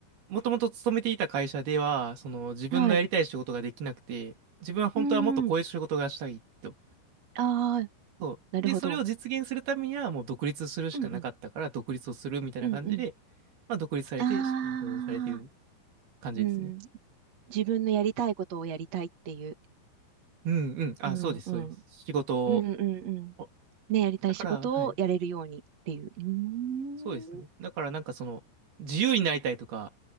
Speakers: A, on the right; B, on the right.
A: もともと勤めていた会社では、その自分のやりたい仕事ができなくて、
B: はい。
A: 自分は本当はもっとこういう仕事がしたいと。
B: うーん。ああ、
A: そう。
B: なるほど。
A: で、それを実現するためにはもう独立するしかなかったから、
B: うんうん。
A: 独立をするみたいな感じで、
B: うんうん。
A: まあ独立されて、
B: ああ、
A: 仕事をされてる感じですね。
B: うん。自分のやりたいことをやりたいっていう。
A: うんうん。あ、
B: うんうん。
A: そうです、そうです。
B: うん
A: 仕事を。
B: うんうん。
A: お
B: ね、やりたい仕事をやれるようにっていう。
A: だから、はい。
B: うーん。
A: そうですね。だからなんかその、自由になりたいとか、